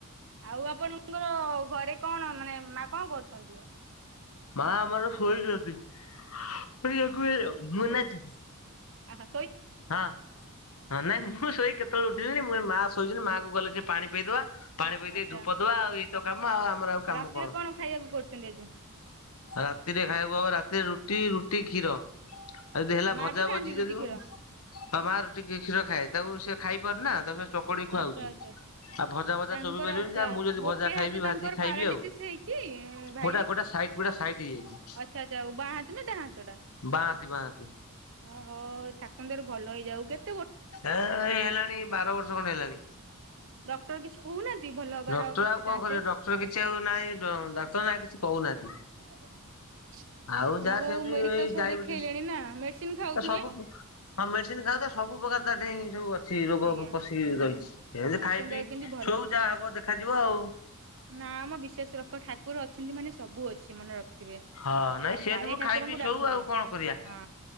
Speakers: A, on the right; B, on the left.
A: ଆଉ ଆପଣଙ୍କର ଘରେ କଣ ମାନେ ମା କଣ କରୁଚନ୍ତି?
B: ମା ଆମର ଶୋଇଚନ୍ତି। <unintelligible> ମୁଁ ଏଇନା ଯିବି।
A: ଅ ହ।
B: ହଁ ହଁ ନାଇଁ ମୁଁ ଶୋଇକ୍ କେତେବେଳୁ ଉଠିଲିଣିି ମୁଁ ଏ ମା ଶୋଇଚନ୍ତି ମା କୁ ଗଲେ ଟିକେ ପାଣି ପିଏଇଦବା। ପାଣି ପିଇ
A: ଆଚ୍ଛା
B: ଦେଇ ଧୂପ ଦବା ଆଉ ଏଇତ କାମ ଆଉ ଆମର ଆଉ କାମ
A: ରାତିରେ
B: କଣ।
A: ଖାଇବାକୁ କରୁଛନ୍ତି ଆଜି?
B: ରାତିରେ ଖାଇବ ରାତିରେ ରୁଟି ରୁଟି କ୍ଷୀର। ଆଉ ଯଦି ହେଲା
A: ମା
B: ଭଜା
A: ବି ଖାଆନ୍ତି
B: ଭଜି
A: ରୁଟି
B: ଯଦି
A: କ୍ଷୀର
B: ହଁ ମା ରୁଟି କ୍ଷୀର ଖାଏ ତାକୁ ସେ ଖାଇପାରୁନି ନା ତାକୁ ସେ ଚକଡି ଖୁଆହଉଚି।
A: ଆଚ୍ଛା ଆଚ୍ଛା
B: ଆଉ ଭଜା ଭଜା
A: ତାଙ୍କର
B: ଚୋବେଇ ପାରିବିନି
A: ଆଚ୍ଛା
B: ଯାହା ମୁଁ ଯଦି
A: ଗୋଟେ
B: ଭଜା ଖାଇବି
A: ହାତ ତାଙ୍କର
B: ଭାଜିକ୍ ଖାଇବି
A: ପାରାଲିସିସ୍
B: ଆଉ
A: ହେଇଛି ଭାଇ
B: ଗୋଟା ଗୋଟା ଏ ଗୁଡା ସାଇଟି ହେଇଚି।
A: ଆଚ୍ଛା ଆଚ୍ଛା ବାଁ ହାତ ନା ଡାହାଁ ହାତ ଟା?
B: ବାଆନ୍ତି ବାଆନ୍ତି
A: ଓ ହୋ ଠାକୁରଙ୍କ ଦୟାରୁ ଭଲ ହେଇଯାଉ। କେତ୍?
B: ଏ ଏଇ ହେଲାଣି ବାର ବର୍ଷ ଖଣ୍ଡେ ହେଲାଣି।
A: ଡକ୍ଟର କିଛି କହୁନାହାନ୍ତି? ଭଲ ହବାର
B: ଡକ୍ଟର
A: କେତେ
B: ଆଉ କଣ
A: ଚାନ୍ସେସ୍?
B: କରିବ ଡକ୍ଟର କିଛି ଆଉ ନାହିଁ ଡକ୍ଟର ନା କିଛି କହୁନାହାନ୍ତି।
A: ହଁ
B: ଆଉ ଯାହା
A: ଅଁ ହଉ
B: ସେମିତି
A: ମେଡିକାଲ
B: ଏଇ
A: ସବୁ
B: ଡାଇବେଟିସ
A: ଦେଖେଇଲେଣି ନା ମେଡିସିନ ଖାଉଥିବେ?
B: ସବୁ ହଁ ମେଡିସିନ ଖାଉ ତ ସବୁ ପ୍ରକାର ତା ଦେଇଁ ସବୁ ଅ ସିଏ ରୋଗ
A: ଆଜ୍ଞା।
B: ପଶି ରହିଚି। ଏ ଯେ
A: ଠାକୁରଙ୍କ
B: ଖାଇ ପିଇ
A: ଦୟାରୁ କେମିତି
B: ଶୋଉ ଯାହା ହବ ଦେଖାଯିବ ଆଉ।
A: ନାଁ ମ ବିଶ୍ଵାସ ରଖ ଠାକୁର ଅଛନ୍ତି ମାନେ ସବୁ ଅଛି ମନେ ରଖ। ଥିବେ
B: ହଁ ନାଇଁ
A: ଆଉ
B: ସେମିତି
A: କାଳିଆ
B: ମୁଁ
A: ଠାକୁରଙ୍କୁ
B: ଖାଇ ପିଇ ଶୋଉ
A: ଡାକନ୍ତୁ
B: ଆଉ କଣ କରିବା।
A: ହଁ।